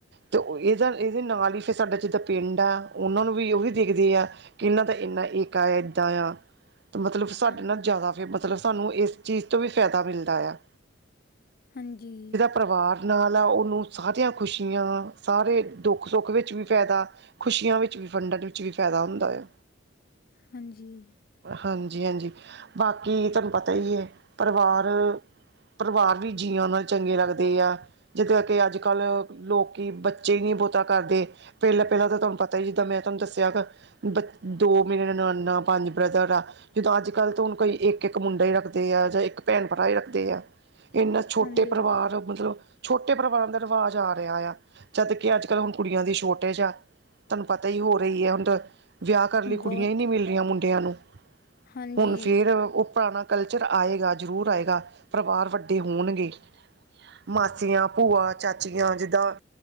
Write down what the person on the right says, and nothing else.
ਤੇ ਓ ਏਜਾ, ਏਦੇ ਨਾਲ ਈ ਫਿਰ ਸਾਡਾ ਜਿੱਦਾਂ ਪਿੰਡ ਆ, ਓਨਾਂ ਨੂੰ ਵੀ ਓਵੀ ਦੇਖਦੇ ਆ ਕਿ ਇੱਨਾਂ ਦਾ ਇੰਨਾ ਏਕਾਂ, ਏਦਾਂ ਆ, ਤੇ ਮਤਲਬ ਸਾਡੇ
ਨਾ ਜਾਦਾ ਜੇ ਮਤਲਬ ਸਾਨੂੰ ਏਸ ਚੀਜ ਤੋਂ ਵੀ ਫੈਦਾ ਮਿਲਦਾ ਯਾ।
ਪਰਿਵਾਰ ਨਾਲ ਆ, ਓਨੂੰ ਸਾਰੀਆਂ ਖੁਸ਼ੀਆਂ, ਸਾਰੇ ਦੁੱਖ-ਸੁੱਖ ਵਿੱਚ ਵੀ ਫੈਦਾ ਖੁਸ਼ੀਆਂ ਵਿੱਚ ਵੀ ਫੰਡਨ ਵਿੱਚ ਵੀ ਫੈਦਾ ਹੁੰਦਾ ਯਾ।
ਹਾਂਜੀ-ਹਾਂਜੀ, ਬਾਕੀ ਤੂਆਨ ਪਤਾ ਈ ਏ ਪਰਿਵਾਰ ਪਰਿਵਾਰ ਵੀ ਜੀਆਂ ਨਾਲ ਚੰਗੇ ਲੱਗਦੇ ਆ। ਜਿੱਦਾਂ ਕਿ ਆੱਜ-ਕਾੱਲ, ਲੋਕੀ ਬੱਚੇ ਈ ਨੀ ਬੋਤਾ ਕਾਰਦੇ ਪਹਿਲਾਂ-ਪਹਿਲਾਂ ਤਾਂ ਤੁਹਾਨੂੰ ਪਤਾ ਹੀ, ਜਿੱਦਾਂ ਮੈਂ ਤੁਹਾਨੂੰ ਦੱਸਿਆ ਬ ਦੋ ਮੇਰੀ ਨਨਾਣਾ, ਪੰਜ ਬ੍ਰਦਰ ਆ। ਜਿਦਾਂ ਅੱਜ-ਕੱਲ ਤਾਂ ਹੁਣ ਕੋਈ ਇੱਕ-ਇੱਕ ਮੁੰਡਾ ਹੀ ਰੱਖਦੇ ਆ, ਜਾਂ ਇੱਕ ਭੈਣ-ਭਰਾ ਹੀ ਰੱਖਦੇ ਆ। ਇੰਨਾ ਛੋਟੇ
ਪਰਿਵਾਰ ਆ ਮਤਲਬ- ਛੋਟੇ ਪਰਿਵਾਰ ਦਾ ਰਿਵਾਜ਼ ਆ ਰਿਹਾ ਆ, ਜਦ ਕਿ ਅੱਜ-ਕੱਲ ਹੁਣ ਕੁੜੀਆਂ ਦੀ ਸ਼ੌਰਤੇਜ ਆ। ਤੁਹਾਨੂੰ ਪਤਾ ਹੀ ਹੋ ਰਹੀ ਐ <unintelligible> ਵਿਆਹ ਕਰਨ ਲਈ ਕੁੜੀਆਂ
ਹੀ ਨਹੀ ਮਿਲ ਰਹੀਆਂ ਮੁੰਡਿਆਂ ਨੂੰ
ਹੁਣ ਫੇਰ ਉਹ ਪੁਰਾਣਾ ਕਲਚਰ ਆਏਗਾ, ਜ਼ਰੂਰ ਆਏਗਾ, ਪਰਿਵਾਰ ਵੱਡੇ ਹੋਣਗੇ। ਮਾਸੀਆਂ, ਭੂਆ, ਚਾਚੀਆਂ ਜਿਦਾਂ